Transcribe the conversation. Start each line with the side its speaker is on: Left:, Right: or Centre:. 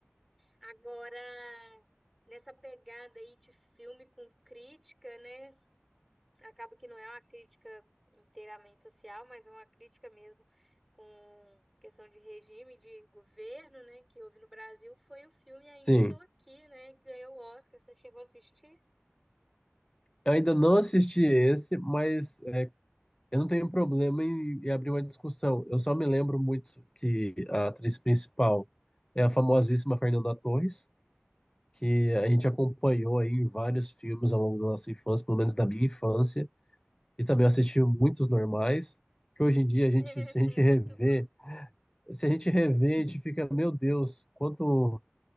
Centre: Agora, nessa pegada aí de filme com crítica, né? Acaba que não é uma crítica inteiramente social, mas é uma crítica mesmo com questão de regime, de governo, né? Que houve no Brasil foi o filme Ainda
Left: Sim,
Centre: Estou Aqui, né? Que ganhou o Oscar. Você chegou a assistir?
Left: eu ainda não assisti esse, mas é, eu não tenho problema em, em abrir uma discussão. Eu só me lembro muito que a atriz principal é a famosíssima Fernanda Torres, que a gente acompanhou aí em vários filmes ao longo da nossa infância, pelo menos da minha infância, e também assisti muitos normais, que hoje em dia a
Centre: <laughs>
Left: gente, se a gente
Centre: É
Left: rever
Centre: muito bom.
Left: se a gente revê, a gente fica, meu Deus, quanto,